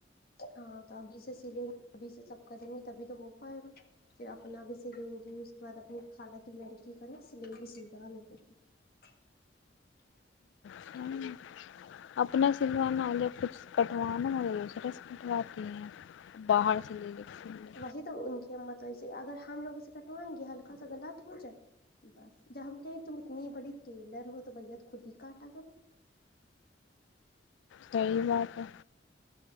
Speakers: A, on the left; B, on the left.
A: <inaudible> <inaudible>
B: <inaudible> اپنا سلوانا یا کچھ کٹوانا <inaudible> سے لے لے کے سلے
A: وہی تو ان کی ہمت وی اگر ہم لوگ کٹوائیں گے ہلکا سا لط ہو جائے بس جب ہم کہیں تم اتنی بڑی ٹیلر ہو تو بھیا تو خود ہی کاٹا کرو
B: صی بات ہے